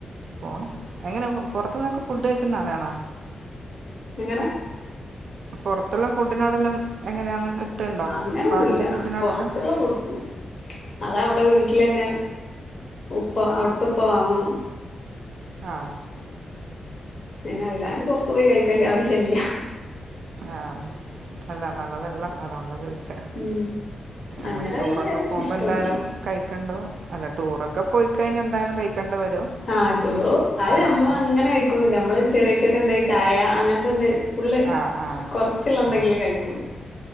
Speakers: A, on the right (about 70°); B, on the left (about 40°).
A: പോണം എങ്ങനെ പൊറത്തുന്നൊക്കെ ഫുഡ് കഴിക്കുന്ന ആളാണോ?
B: എങ്ങനെ.
A: പൊറത്ത്ള്ള ഫുഡിനോടെല്ലാം എങ്ങനെയാന്ന് ഇട്ടുണ്ടോ
B: അങ്ങനൊന്നുല്ല
A: ഫാസ്റ്റ് ഫുഡിനോടൊക്കെ
B: പൊറത്ത്ള്ള ഫുഡ് അതവിടെ വീട്ട്ലന്നെ ഉപ്പ അവിട്ത്തെ ഉപ്പ വാങ്ങും.
A: ആഹ്.
B: പിന്നെ അല്ലാണ്ട് പൊർത്തുപോയി കഴിക്കേണ്ട ആവശ്യല്ലാ.
A: ആഹ് അല്ല നല്ലതല്ല അതോണ്ട ചോ യ്ച്ച
B: ഉം
A: നമ്മ
B: അങ്ങനെ വല്യ
A: ടൂറൊക്കെ പോവുമ്പോ
B: ഇഷ്ടൊന്നുല്ല
A: എന്തായാലും കഴിക്കണ്ടു അല്ല ടൂറൊക്കെ പോയിക്കയിഞ്ഞാ എന്തായാലും കയിക്കേണ്ട് വരും.
B: ആഹ് ടൂറു അത്
A: അപ്പോ
B: നമ്മള് അങ്ങനെ കയിക്കൊന്നുല്ല. നമ്മള് ചെറിയ ചെറിയ എന്താ ചായ അങ്ങൻത്തെ എന്തേ ഫുള്ള്
A: ആഹ് ആഹ്
B: കൊർച്ചിള്ള എന്തെങ്കിലും
A: ആഹ്
B: കഴിക്കൊള്ളൂ